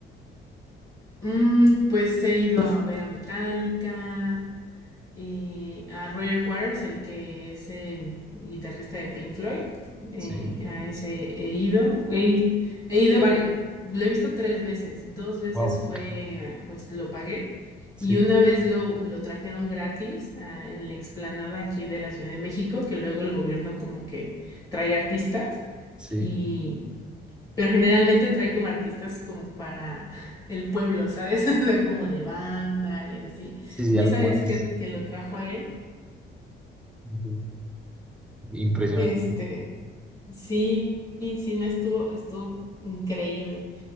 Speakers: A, on the left; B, in the centre.
A: Mm, pues he ido a ver a Metallica, eh, a Roger Waters, el que es el guitarrista de Pink Floyd. eh,
B: Sí,
A: a ese he ido. He, he ido, vari- lo he visto tres veces. Dos veces
B: wow,
A: fue, eh, pues lo pagué.
B: sí,
A: Y una vez lo, lo trajeron gratis ah, en la explanada aquí de la Ciudad de México, que luego el gobierno como que trae artistas
B: sí,
A: y... Pero generalmente trae como artistas como para el pueblo, ¿sabes? <laughs> O sea, como de banda y así.
B: sí, sí,
A: Y
B: algo
A: esa
B: más
A: vez que, que lo trajo a él,
B: sí, impresionante.
A: Este, sí, sí, no estuvo, estuvo increíble.